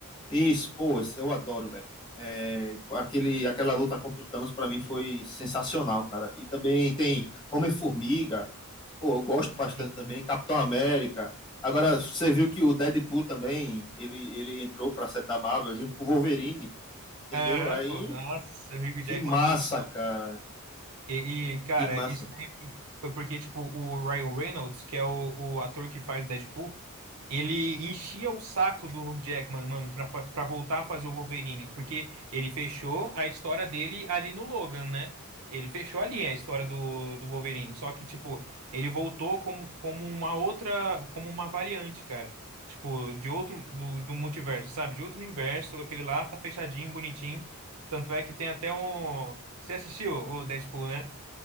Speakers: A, on the left; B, on the right.
A: Isso, pô, esse- eu adoro, velho. É, aquele, aquela luta contra o Thanos pra mim foi sensacional, cara. E também tem Homem-Formiga, pô, eu gosto bastante
B: Uhum.
A: também, Capitão América. Agora, você viu que o Deadpool também, ele, ele entrou pra série da Marvel junto com o Wolverine, entendeu?
B: Ah,
A: Aí,
B: pô, nossa, o Hugh
A: que
B: Jackman
A: massa,
B: voltou.
A: cara.
B: E, e, cara,
A: Que massa.
B: isso daí foi porque, tipo, o Ryan Reynolds, que é o, o ator que faz o Deadpool, ele enchia o saco do Hugh Jackman, mano, pra, fa- pra voltar a fazer o Wolverine, porque ele fechou a história dele ali no Logan, né? Ele fechou ali a história do, do Wolverine, só que, tipo, ele voltou como, como uma outra, como uma variante, cara. Tipo, de outro, do, do multiverso, sabe? De outro universo, aquele lá tá fechadinho, bonitinho. Tanto é que tem até um. Você assistiu o Deadpool, né?